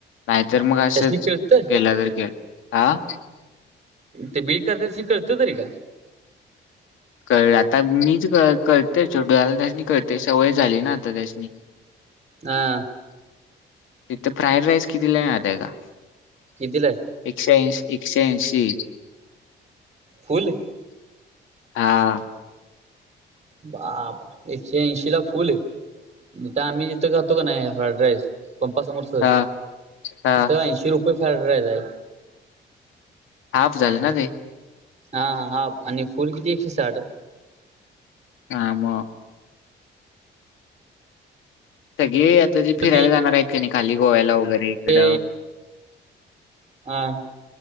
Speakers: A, on the left (about 85°); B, on the right (about 35°).
A: नाहीतर मग असंच.
B: त्यासनी कळतं
A: तेला गरकेल, आं?
B: ते बील करतात त्यासनी कळत तरी का?
A: कळल. आता मीच कळ कळतय. छोटू दाला त्यास्नी कळतंय. सवय झाली ना आता त्यासनी. <inaudible>
B: हां.
A: तिथं फ्रायड राईस कितीला मिहतय का?
B: कितीलाये?
A: एकशे ऐंश एकशे ऐंशी.
B: फुल?
A: हा.
B: बाप! एकशे ऐंशी ला फुल? आता आम्ही तिथं खातो का नाही फ्राईड राईस पंपासमोरच तिथ
A: हा हा
B: ऐंशी रुपये फ्राईड राईस आहे.
A: हाफ झालं ना ते?
B: हा हा हाफ. आणि फूल किती एकशे साठ.
A: हा म. सगळे आता
B: तर
A: जे फिरायला जाणार आहेत का नाही खाली गोव्याला वगैरे, इकडं
B: ते हां.